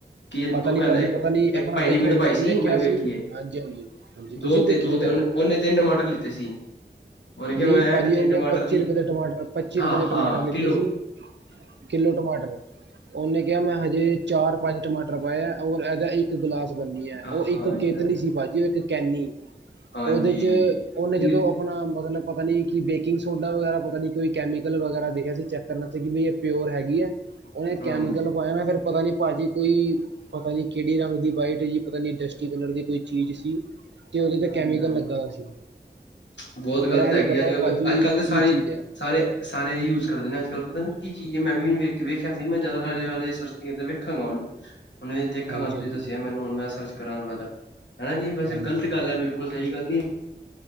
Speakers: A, on the left; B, on the right.
A: ਕੀ ਕ
B: ਪਤਾ
A: ਉਹ
B: ਨਹੀਂ
A: ਕਹਿੰਦਾ
B: ਭਾਜੀ
A: ਇੱਕ
B: ਪਤਾ ਨਹੀਂ ਆਪਣਾ
A: ਭਾਈ
B: ਦੇਖੋ
A: ਨੇ ਵੀਡਿਓ ਪਾਈ
B: ਉਹਨੇ
A: ਸੀ
B: ਕਿਹਾ
A: ਮੈਂ ਵੀ ਵੇਖੀ ਏ
B: ਹਾਂਜੀ ਹਾਂਜੀ ਹਾਂਜੀ ਤੁਸੀਂ
A: ਦੋ
B: ਦੇਖੀ
A: ਦੋ
B: ਸੀ ਭਾਜੀ
A: ਨ ਉਹਨੇ ਤਿੰਨ ਟਮਾਟਰ ਲਿੱਤੇ ਸੀ ਉਹਨੇ ਕਿਹਾ
B: ਨਹੀਂ
A: ਮੈਂ
B: ਭਾਜੀ
A: ਤਿੰਨ
B: ਉਹਨੇ
A: ਟਮਾਟਰ ਦੀ
B: ਰੁਪਏ ਦੇ ਟਮਾਟਰ ਟਮਾਟਰ
A: ਹਾਂ ਹਾਂ
B: ਲਿੱਤੇ
A: ਕਿੱਲੋ
B: ਸੀ ਕਿੱਲੋ ਟਮਾਟਰ ਉਹਨੇ ਕਿਹਾ ਮੈਂ ਹਜੇ ਤੇ ਚਾਰ ਪੰਜ ਟਮਾਟਰ ਪਾਇਆ ਔਰ ਇਹਦਾ ਇੱਕ ਗਿਲਾਸ ਬੰਨੀ ਹੈ
A: ਹਾਂਜੀ
B: ਉਹ ਇੱਕ ਕੇਤਲੀ
A: ਹਾਂਜੀ
B: ਸੀ ਪਾਜੀ ਉਹ ਇੱਕ ਕੈਨੀ
A: ਹਾਂਜੀ
B: ਉਹਦੇ ਚ ਉਹਨੇ
A: ਇੰਨੇ
B: ਜਦੋਂ ਆਪਣਾ ਮਤਲਬ ਪਤਾ ਨੀ ਕਿ ਬੇਕਿੰਗ ਸੋਡਾ ਵਗੈਰਾ ਪਤਾ ਨੀ ਕੋਈ ਕੈਮੀਕਲ ਵਗੈਰਾ ਦੇਖਿਆ ਸੀ ਚੈੱਕ ਕਰਨਾ ਸੀ ਕਿ ਬਈ ਇਹ ਪਿਓਰ ਹੈਗੀ ਐ। ਉਹਨੇ
A: ਹਾਂਜੀ
B: ਕੈਮੀਕਲ ਪਾਇਆ ਨਾ ਫੇਰ ਪਤਾ ਨੀ ਭਾਜੀ ਕੋਈ ਪਤਾ ਨੀ ਕਿਹੜੀ ਰੰਗ ਦੀ ਵਾਈਟ ਜੀ ਪਤਾ ਨੀ ਡਸਟੀ ਕਲਰ ਦੀ ਕੋਈ ਚੀਜ਼ ਸੀ। ਤੇ ਉਹਦੇ ਤੇ
A: ਹਾਂਜੀ-
B: ਕੈਮੀਕਲ
A: ਹਾਂਜੀ
B: ਲੱਗਾ ਦਾ ਸੀ
A: ਬਹੁਤ
B: ਹੋਰ
A: ਗ਼ਲਤ
B: ਇਹ
A: ਹੈਗੀ
B: ਨੀ ਪਤਾ
A: ਅੱਜ-
B: ਉਹ
A: ਕੱਲ
B: ਭਾਜੀ
A: ਅੱਜ ਕੱਲ੍ਹ ਤਾਂ ਸਾਰੇ
B: ਕੀ ਚੀਜ਼ ਹੈ
A: -ਸਾਰੇ -ਸਾਰੇ ਇਹੀ ਯੂਜ ਕਰਦੇ ਨੇ ਅੱਜ ਕੱਲ ਪਤਾ ਨੀ ਕੀ ਮੈਂ ਵੀ ਵੇਖ ਕੇ ਵੇਖਿਆ ਮੈਂ ਜਿਆਦਾਤਰ ਸਰਚ ਵੇਖਾਂਗਾ ਹੁਣ ਹੁਣ ਦੇਖਾਂਗਾ
B: ਹਾਂਜੀ
A: ਤੁਸੀਂ
B: ਹਾਂਜੀ
A: ਦੱਸਿਆ ਮੈਨੂੰ ਸਰਚ ਕਰ ਹਨਾ ਜੀ ਵੈਸੇ
B: ਹਾਂਜੀ
A: ਗਲ ਤ
B: ਹਾਂਜੀ
A: ਗੱਲ ਹੈ ਬਿਲਕੁਲ ਸਹੀ ਗੱਲ ਨੀ